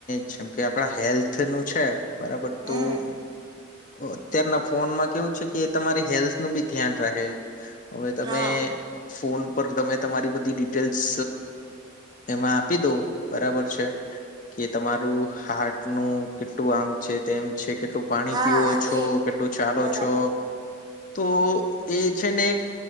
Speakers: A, on the left (about 40°); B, on the right (about 20°).
A: જેમ કે આપણા હેલ્થ નું છે બરાબર
B: હમ
A: તો અત્યારના ફોનમાં કેવું છે કે એ તમારી હેલ્થનું બી ધ્યાન રાખે છે. હવે તમે
B: હા
A: ફોન ઉપર તમે તમારી બધી ડિટેલ્સ એમાં આપી દો બરાબર છે કે તમારું હાર્ટ નું કેટલું આમ છે તેમ છે કેટલું પાણી
B: હા
A: પીવો છો
B: એ
A: કેટલું ચાલો
B: બરાબર
A: છો તો એ છેને એક